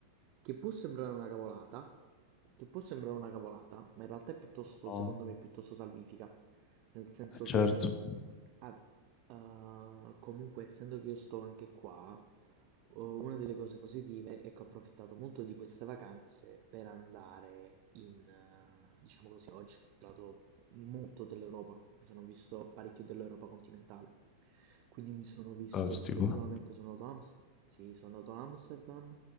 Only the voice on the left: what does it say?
No,
eh, certo,
fantastico.